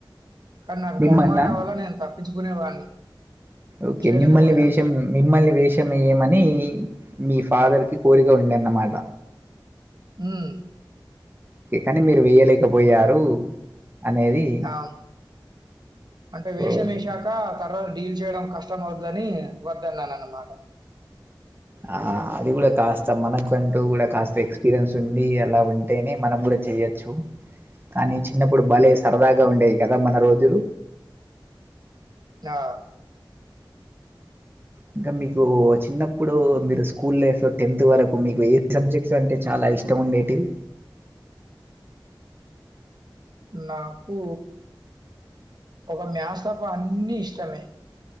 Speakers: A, on the right; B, on the right.
A: కాని నాకు
B: మిమ్మల్ని
A: మొహమాటం వల్ల నేను తప్పించుకునేవాడిని
B: ఓకే
A: చేయలేకపోయాను.
B: మిమ్మల్ని వేషం మిమ్మల్ని వేషం ఏయమని ఫాదర్కి కోరిక ఉందన్నమాట
A: ఉహ్
B: కనీ మీరు వేయలేకపోయారు అనేది
A: అవును అంటే వేషం
B: ఓకే
A: వేసాక తర డీల్ చెయడం కష్టం అవుద్దని వద్దన్నాన అన్నమాట
B: ఆ అది కూడ కాస్త మనకంటూ కూడ కాస్త ఎక్స్పీరియన్స్ ఉండీ అలా ఉంటేనే మనం కూడా చేయొచ్చు కానీ చిన్నప్పుడు బలే సరదాగా ఉండేవి కదా మన రోజులు
A: ఆహ్
B: ఇంక మీకు చిన్నప్పుడు మీరు స్కూల్ లైఫ్ లో టెన్త్ వరకు మీకు ఏ సబ్జెక్ట్స్ అంటే చాలా అవి ఇష్టము ఉండేటివి
A: నాకు ఒక మ్యాథ్స్ తప్పా అన్ని ఇష్టమే